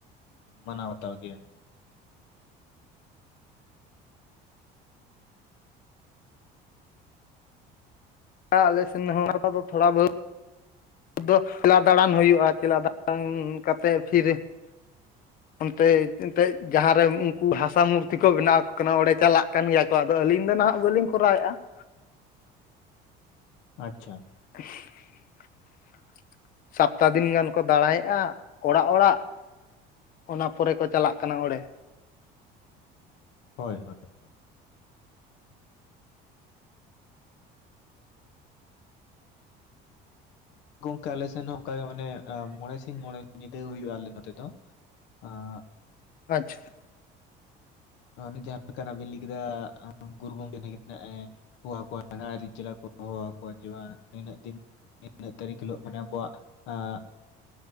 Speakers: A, on the left; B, on the left.
A: ᱢᱟᱱᱟ ᱵᱟᱛᱟᱣ ᱜᱮᱭᱟ?
B: ᱟᱞᱮ ᱥᱮᱱ ᱦᱚᱸ <unintelligible> ᱫᱚ ᱛᱷᱚᱲᱟ ᱵᱩ ᱫᱚ ᱪᱮᱞᱟ ᱫᱟᱬᱟᱱ ᱦᱩᱭᱩᱜ-ᱟ, ᱪᱮᱞᱟ ᱫᱟᱬᱟᱱ ᱠᱟᱛᱮᱫ ᱯᱷᱤᱨᱮ ᱚᱱᱛᱮ ᱮᱱᱛᱮᱫ ᱡᱟᱦᱟᱸ ᱨᱮ ᱩᱱᱠᱩ ᱦᱟᱥᱟ ᱢᱩᱨᱛᱤ ᱠᱚ ᱵᱮᱱᱟᱣ ᱟᱠᱚ ᱠᱟᱱᱟ ᱚᱸᱰᱮ ᱪᱟᱞᱟᱜ ᱠᱟᱱ ᱜᱮᱭᱟ ᱠᱚ ᱟᱫᱚ ᱟᱹᱞᱤᱧ ᱫᱚ ᱱᱟᱦᱟᱜ ᱵᱟᱹᱞᱤᱧ ᱠᱚᱨᱟᱣᱮᱫ-ᱟ ᱾
A: ᱟᱪᱪᱷᱟ ᱾
B: <inaudible> ᱥᱚᱯᱛᱟ ᱫᱤᱱ ᱜᱟᱱ ᱠᱚ ᱫᱟᱬᱟᱭᱮᱫ-ᱟ ᱚᱲᱟᱜ ᱚᱲᱟᱜ ᱾ ᱚᱱᱟ ᱯᱚᱨᱮ ᱠᱚ ᱪᱟᱞᱟᱜ ᱠᱟᱱᱟ ᱚᱸᱰᱮ ᱾
A: ᱦᱳᱭ ᱦᱳᱭ ᱾ ᱚᱱᱠᱟ ᱟᱞᱮ ᱥᱮᱱ ᱦᱚᱸ ᱚᱱᱠᱟ ᱜᱮ ᱢᱟᱱᱮ ᱢᱚᱬᱮ ᱥᱤᱧ ᱢᱚᱬᱮ ᱧᱤᱫᱟᱹ ᱦᱩᱭᱩᱜ-ᱟ ᱟᱞᱮ ᱱᱚᱛᱮ ᱫᱚ ᱾ <inaudible> ᱟᱸᱜ
B: ᱟᱪᱪᱷᱟ ᱾
A: ᱚᱱᱮ ᱡᱟᱦᱟᱸ ᱞᱮᱠᱟᱱᱟᱜ ᱵᱤᱱ ᱞᱟᱹᱭ ᱠᱮᱫᱟ ᱜᱩᱨᱩ ᱜᱚᱢᱠᱮ ᱛᱟᱠᱤᱱ ᱦᱟᱜ-ᱮ ᱦᱚᱦᱚᱣᱟ ᱠᱚᱣᱟ ᱟᱡ ᱨᱤᱱ ᱪᱮᱞᱟ ᱠᱚ ᱦᱚᱦᱚ ᱟᱠᱚᱣᱟ ᱡᱮ ᱵᱟᱝ ᱱᱤᱱᱟᱹᱜ ᱫᱤᱱ ᱱᱤᱱᱟᱹᱜ ᱛᱟᱹᱨᱤᱠᱷ ᱦᱤᱞᱳᱜ ᱢᱟᱱᱮ ᱟᱵᱚᱣᱟᱜ ᱟᱜ